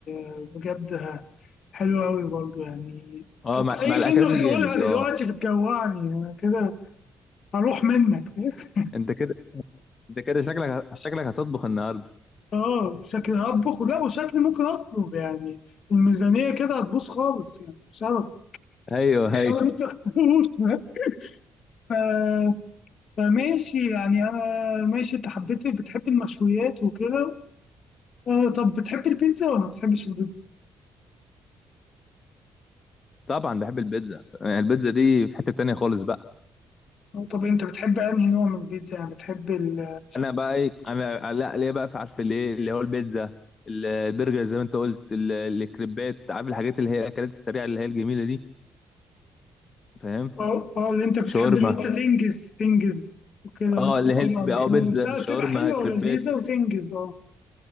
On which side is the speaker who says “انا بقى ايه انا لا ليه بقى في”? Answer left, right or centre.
Left